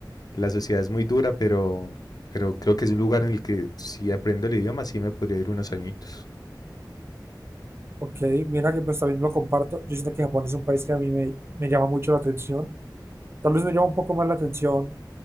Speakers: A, on the left; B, on the right.
A: la sociedad es muy dura, pero, pero creo que es un lugar en el que si aprendo el idioma, sí me podría ir unos añitos.
B: ok, mira que pues también lo comparto. Yo siento que Japón es un país que a mí me, me llama mucho la atención. Tal vez me llama un poco más la atención